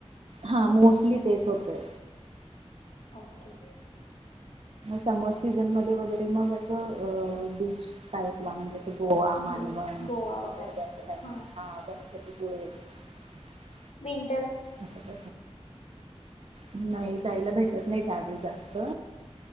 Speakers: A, on the right; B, on the left.
A: हा मोस्टली तेच होतय.
B: ओके.
A: समर सीझन मध्ये वगैरे- ते मग असं अ -बीच टाईपला म्हणजें गोवा,
B: बीच
A: मालवण
B: गोवा
A: सिंधूदुर्ग
B: वगैरे
A: अस काय
B: हा
A: तरी- <unintelligible>
B: मिन-
A: असत नाही. जायला भेटत नाही त्यावेळी जास्त-